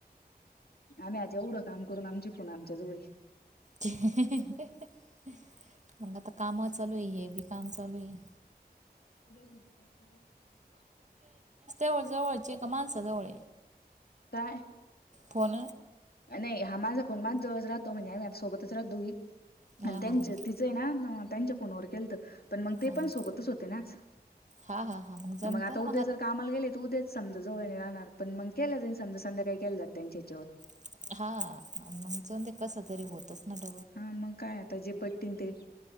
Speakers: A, on the left (about 70°); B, on the right (about 45°).
A: आम्ही आज एवढं काम करून आमची फोण आमच्या जवळय
B: हे हे ह मग आता काम चालू आहे हे बी काम चालू आहे.
A: समजत नाही.
B: वळ जवळचे का माणसा जवळ
A: काय?
B: फोन
A: नाही हा माझा फोन माझ्या जवळच राहतो, म्हणजे आम्ही सोबतच राहत दोघी
B: हां
A: आणि त्यांच
B: हां हां
A: तिचं आहे ना त्यांच्या फोनवर केलत पण मग ते
B: हां
A: पण
B: हां
A: सोबतच होते ना आज
B: हां हां हां जमतं
A: मग आता उद्या
B: ना
A: जर कामाला गेले तर उद्या समजा जवळने राहणार पण मग केलं जाई समजा केलं जाईल त्यांच्या ह्याच्यावर
B: <unintelligible>
A: हा मग काय आता जे पट्टन ते <inaudible>